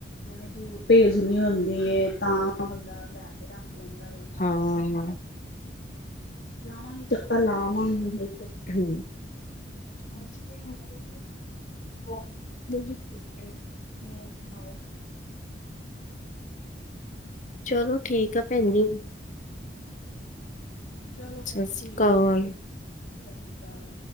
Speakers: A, on the left (about 70°); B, on the left (about 45°).
A: ਇਹਨੀਂ ਦੂਰ ਭੇਜ ਨੀ ਹੁੰਦੀ ਏ ਤਾਂ। ਬੰਦਾ ਲੈ ਕੇ ਰੱਖ ਲੈਂਦਾ ਆ।
B: ਹਾਂ
A: ਜਾਵਾਂਗੀ ਚੱਕਰ ਲਾ ਆਵਾਂਗੀ ਇਹ।
B: ਹੂ <inaudible>
A: ਹੋਰ ਸੁਣਾਓ।
B: ਚਲੋ ਠੀਕ ਆ ਭੈਣ ਜੀ।
A: ਚਲੋ ਠੀਕ
B: ਸਤਿ ਸ਼੍ਰੀ ਅਕਾਲ।
A: ਏ ਸਤਿ ਸ਼੍ਰੀ ਅਕਾਲ।